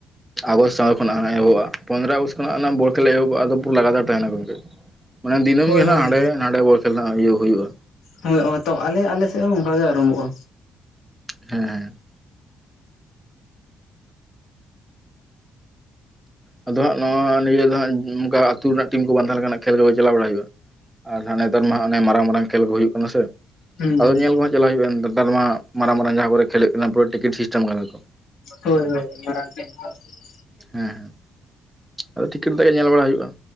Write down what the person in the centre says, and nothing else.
ᱟᱜᱚᱥᱴ ᱥᱟᱶ ᱠᱷᱚᱱᱟᱜ ᱮᱦᱚᱵᱚᱜᱼᱟ ᱯᱚᱸᱫᱽᱨᱚ ᱟᱜᱚᱥᱴᱚᱱᱟᱜ ᱵᱚᱞᱠᱷᱮᱞ ᱯᱚᱱᱮᱨᱚ ᱟᱜᱚᱥᱴ ᱠᱦᱚᱱᱟᱜ ᱮᱦᱚᱵᱚᱜᱼᱟ ᱟᱫᱚ ᱯᱩᱨᱟᱹ ᱞᱟᱜᱟᱛᱟᱨ ᱛᱟᱦᱮᱱᱟ ᱜᱚᱝᱠᱮ ᱫᱤᱱᱟᱹᱢ
ᱜᱮ
ᱦᱟᱜ ᱦᱟᱸᱰᱮ ᱱᱟᱸᱰᱮ ᱵᱚᱞᱠᱷᱮᱞ ᱠᱷ ᱤᱭᱟᱹ ᱦᱩᱭᱩᱜᱼᱟ
ᱦᱮᱸ ᱦᱮᱸ ᱟᱫᱚ ᱦᱟᱸᱜ ᱱᱚᱣᱟ ᱱᱤᱭᱟᱹ ᱫᱚ ᱦᱟᱸᱜ ᱚᱱᱠᱟ ᱟᱹᱛᱩ ᱨᱮᱱᱟᱜ ᱴᱤᱢ ᱠᱚ ᱵᱟᱝ ᱛᱟᱦᱮᱸ ᱞᱮᱱ ᱠᱷ ᱠᱷᱮᱞ ᱠᱚ ᱪᱟᱞᱟᱣ ᱵᱟᱲᱟ ᱦᱩᱭᱩᱜᱼᱟ ᱟᱨ ᱱᱟᱜ ᱱᱮᱛᱟᱨ ᱢᱟ ᱢᱟᱨᱟᱝ ᱢᱟᱨᱟᱝ ᱠᱷᱮᱞ ᱠᱚ ᱦᱩᱭᱩᱜ ᱠᱟᱱᱟ ᱥᱮ
ᱟᱫᱚ ᱧᱮᱞ ᱠᱚ ᱦᱜ ᱪᱟᱞᱟᱜ ᱦᱩᱭᱩᱜᱼᱟ ᱱᱮᱛᱟᱨ ᱢᱟ ᱢᱟᱨᱟᱝ ᱢᱟᱨᱟᱝ ᱡᱟᱦᱟᱸ ᱠᱚᱨᱮ ᱠᱷᱮᱞ ᱦᱩᱭᱩᱜ ᱠᱟᱱᱟ ᱯᱩᱨᱟᱹ ᱴᱤᱠᱤᱴ ᱥᱤᱥᱴᱮᱢ ᱠᱟᱱᱟ ᱠᱚ
ᱦᱮᱸ ᱦᱮᱸ ᱟᱫᱚ ᱴᱤᱠᱤᱴ ᱠᱟᱛᱮ ᱧᱮᱞ ᱵᱟᱲᱟ ᱦᱩᱭᱩᱜᱼᱟ